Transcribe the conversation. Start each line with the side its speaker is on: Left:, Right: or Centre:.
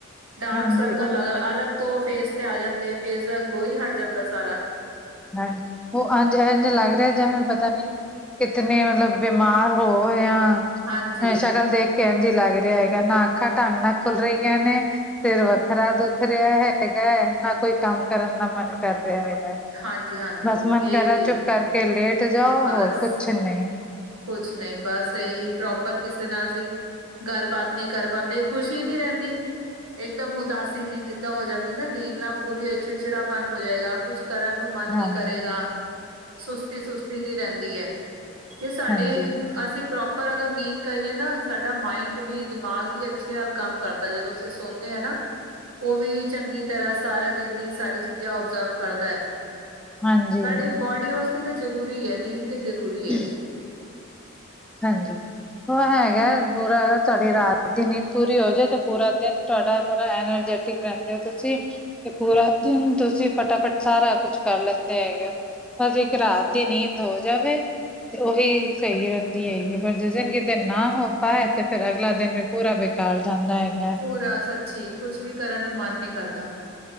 Right: ਡਾਰਕ
Centre: ਹਾਂਜੀ
Right: ਸਰਕਲ
Centre: ਉਹ
Right: ਅਗਲ ਅਲੱਗ ਤੋਂ ਫੇਸ ਤੇ ਆ ਜਾਂਦੇ ਫੇਸ ਦਾ ਗਲੋ ਹੀ ਹਟ ਜਾਂਦਾ ਸਾਰਾ।
Centre: ਹਾਂਜੀ, ਉਹ ਅੱਜ ਇੰਜ ਲੱਗ ਰਿਹਾ ਜਿਵੇਂ ਪਤਾ ਨਹੀਂ। ਕਿਤਨੀ ਮਤਲਬ ਬਿਮਾਰ ਹੋ ਰਿਆ
Right: ਹਾਂਜੀ
Centre: ਏ ਸ਼ਕਲ ਦੇਖ ਇਹ ਇੰਜ ਈ ਲੱਗ ਰਿਹਾ ਹੈਗਾ ਨਾ ਅੱਖਾਂ ਢੰਗ ਨਾਲ ਖੁੱਲ ਰਹੀਆਂ ਨੇ ਸਿਰ ਵੱਖਰਾ ਦੁੱਖ ਰਿਹਾ ਹੈਗਾ ਹੈ ਨਾ ਕੋਈ ਕੰਮ ਕਰਨ ਦਾ ਮਨ ਕਰ ਰਿਹਾ ਹੈਗਾ।
Right: ਹਾਂਜੀ, ਹਾਂਜੀ।
Centre: ਬਸ ਮਨ ਕਰਰਾ
Right: ਇਹ ਵੀ
Centre: ਚੁੱਪ ਕਰਕੇ ਲੇਟ ਜਾਓ
Right: ਬਸ
Centre: ਹੋਰ ਕੁਛ ਨਹੀਂ।
Right: ਕੁਛ ਨਹੀਂ ਬਸ ਇਹੀ ਪ੍ਰੋਪਰ ਕਿਸੇ ਨਾਲ ਅਸੀ ਗੱਲਬਾਤ ਨਹੀਂ ਕਰ ਪਾਂਦੇ। ਖੁਸ਼ੀ ਨਹੀਂ ਰਹਿੰਦੀ। ਇੱਕਦਮ ਉਦਾਸੀ ਜੀ ਜਿੱਦਾਂ ਹੋ ਜਾਂਦੀ ਨਾ ਨੀਂਦ ਨਾਲ ਪੂਰੀ ਹੋਈ ਚਿੜ ਚਿੜਾਪਨ ਹੋ ਜਾਏਗਾ ਕੁਛ ਕਰਨ ਨੂੰ ਮਨ ਨੀ
Centre: ਹਾਂਜੀ
Right: ਕਰੇਗਾ ਸੁਸਤੀ ਸੁਸਤੀ ਜੀ ਰਹਿੰਦੀ ਹੈ। ਜੇ ਸਾਡੀ
Centre: ਹਾਂਜੀ
Right: ਅਸੀਂ ਪ੍ਰੋਪਰ ਅਗਰ ਨੀਂਦ ਕਰੀਏ ਨਾ ਸਾਡਾ ਮਾਇੰਡ ਵੀ ਦਿਮਾਗ ਵੀ ਅੱਛੇ ਤਰਾ ਕੰਮ ਕਰਦਾ ਜਦੋਂ ਅਸੀਂ ਸੌਂਦੇ ਹੇ ਨਾ
Centre: ਹ <inaudible>
Right: ਓ ਵੀ ਚੰਗੀ ਤਰ੍ਹਾਂ ਸਾਰਾ ਦਿਨ ਦੀ ਸਾਰੀ ਚੀਜ਼ਾਂ ਓਬਜ਼ਰਵ ਕਰਦਾ
Centre: ਹਾਂਜੀ
Right: ਸਾਡੀ ਬੋਡੀ ਵਾਸਤੇ ਤਾਂ ਜ਼ਰੂਰੀ ਏ ਨੀਂਦ ਤੇ ਜ਼ਰੂਰੀ ਐ
Centre: <inaudible> ਹਾਂਜੀ ਉ ਹੈਗਾ ਪੂਰਾ ਤੁਹਾਡੀ ਰਾਤ ਦੀ ਨੀਂਦ ਪੂਰੀ ਹੋ ਜੇ ਤੇ ਪੂਰਾ ਦਿਨ ਟੋਹਾਡਾ ਪੁਰਾ ਹੈਗੇ ਐਨਰਜੈਟਿਕ ਰੈਂਦੇ ਹੋ ਤੁਸੀਂ ਤੇ ਪੂਰਾ ਦਿਨ ਤੁਸੀਂ ਫਟਾਫਟ ਸਾਰਾ ਕੁਛ ਕਰ ਲੈਂਦੇ ਹੈਗੇ ਓ ਬਸ ਇੱਕ ਰਾਤ ਦੀ ਨੀਂਦ ਹੋ ਜਾਵੇ ਤੇ ਉਹੀ ਸਈ ਏ ਹੈਗੀ ਪਰ ਜਿਸ ਦਿਨ ਕਿਤੇ ਨਾ ਹੋ ਪਾਏ ਤੇ ਫਿਰ ਅਗਲਾ ਦਿਨ ਵੀ ਪੂਰਾ ਬੇਕਾਰ ਜਾਂਦਾ ਹੈਗਾ
Right: ਪੂਰਾ ਸੱਚੀ ਕੁਛ ਵੀ ਕਰਨ ਨੂੰ ਮਨ ਨੀ ਕਰਦਾ